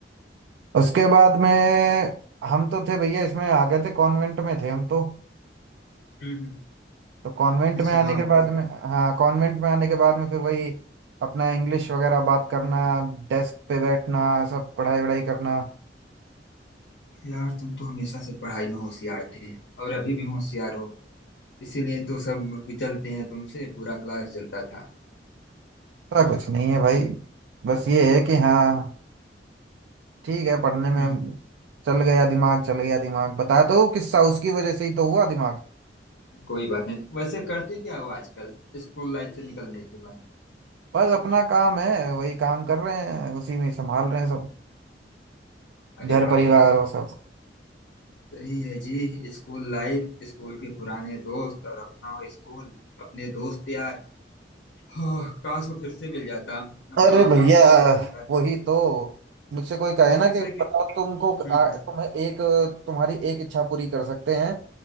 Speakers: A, on the right; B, on the left.
A: उसके बाद में हम तो थे भैया इसमें आ गए थे कॉन्वेंट में थे हम तो
B: हम्म हम्म।
A: तो कॉन्वेंट
B: अच्छा
A: में आने
B: हाँ
A: के
B: सर
A: बाद में हाँ कॉन्वेंट में आने के बाद में फिर वही अपना इंग्लिश वगैरह बात करना डेस्क पे बैठना सब पढ़ाई वढ़ाई करना
B: यार तुम तो हमेशा से पढ़ाई में होशियार थे और अभी
A: हम्म।
B: भी होशियार हो इसीलिए तो सब जलते हैं तुमसे पूरा क्लास जलता था
A: ऐसा कुछ नहीं है भाई बस ये है कि हाँ ठीक है पढ़ने में
B: हम्म।
A: चल गया दिमाग चल गया दिमाग बताया तो किस्सा उसकी वजह से ही तो हुआ दिमाग
B: कोई बात नहीं वैसे करते क्या हो आजकल स्कूल लाइफ से निकलने के बाद
A: बस अपना काम है वही काम कर रहे हैं उसी में संभाल रहे हैं सब
B: अरे
A: घर
B: वाह
A: परिवार वो सब
B: सही है जी स्कूल लाइफ स्कूल के पुराने दोस्त और अपना स्कूल अपने दोस्त यार हाँ, काश वो फिर से मिल जाता अब
A: अरे
B: गांव
A: भैया
B: में हूँ तो यार
A: वही तो मुझसे कोई कहे
B: कोशिश
A: ना कि
B: है कि
A: बताओ तुमको आ,
B: हम्म हम्म,
A: तुम्हें एक तुम्हारी एक इच्छा पूरी कर सकते हैं